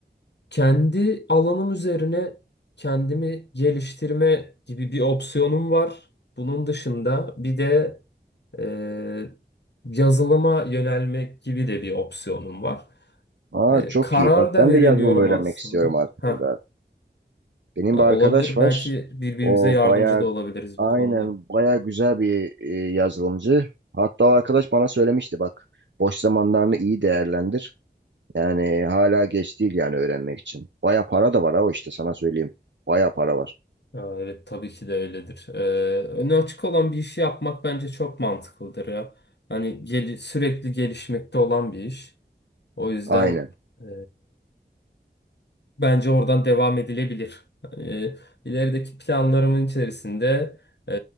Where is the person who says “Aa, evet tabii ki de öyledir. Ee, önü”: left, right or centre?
Left